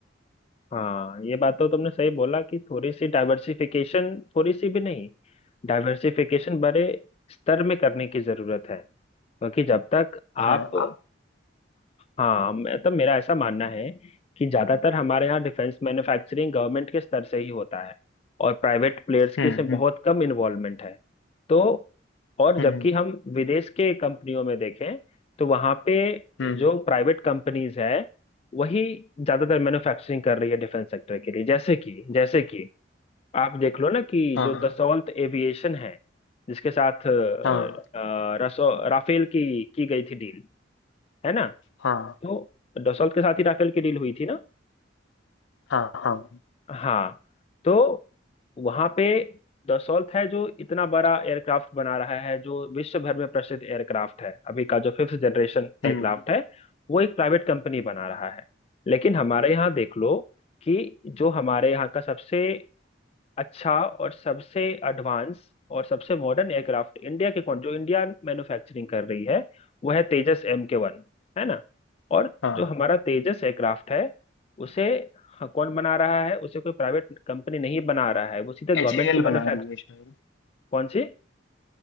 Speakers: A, on the left; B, on the left.
A: हाँ ये बात तो तुमने सही बोला कि थोड़ी सी डाइवर्सिफिकेशन थोड़ी सी भी नहीं डाइवर्सिफिकेशन बड़े स्तर में करने की जरूरत है क्योंकि जब तक आप
B: हाँ आप
A: हाँ मैं तो मेरा ऐसा मानना है कि ज्यादातर हमारे यहाँ डिफेंस मैन्युफैक्चरिंग गवर्नमेंट के स्तर से ही होता है और प्राइवेट प्लेयर्स की
B: हम्म
A: इसमें बहुत
B: हम्म
A: कम इन्वॉल्वमेंट है तो और
B: हम्म
A: जबकि हम विदेश के कंपनियों में देखें तो वहां पे
B: हम्म
A: जो प्राइवेट कंपनीज है वही ज्यादातर मैन्युफैक्चरिंग कर रही है डिफेंस सेक्टर के लिए जैसे कि जैसे कि आप देख लो ना कि
B: हाँ
A: जो दसौल्त एविएशन है जिसके साथ अ,
B: हाँ
A: अ, रसो राफेल की की गई थी डील है ना
B: हाँ
A: तो दसौल्त के साथ ही राफेल की डील हुई थी ना
B: हाँ हाँ
A: हाँ तो वहां पे दसौल्त है जो इतना बड़ा एयरक्राफ्ट बना रहा है जो विश्व भर में प्रसिद्ध एयरक्राफ्ट है अभी का जो फिफ्थ जनरेशन
B: हम्म
A: एयरक्राफ्ट है वो एक प्राइवेट कंपनी बना रहा है लेकिन हमारे यहाँ देख लो कि जो हमारे यहाँ का सबसे अच्छा और सबसे एडवांस और सबसे मॉडर्न एयरक्राफ्ट इंडिया के कौन जो इंडिया मैन्युफैक्चरिंग कर रही है वो है तेजस एम के वन है ना और
B: हाँ
A: जो हमारा तेजस एयरक्राफ्ट है उसे ह- कौन बना रहा है उसे कोई प्राइवेट कंपनी नहीं बना रहा है वो सीधे गवर्नमेंट
B: एच ए
A: की
B: एल
A: मैन्युफैक्चर
B: बना रही है शायद
A: कौन सी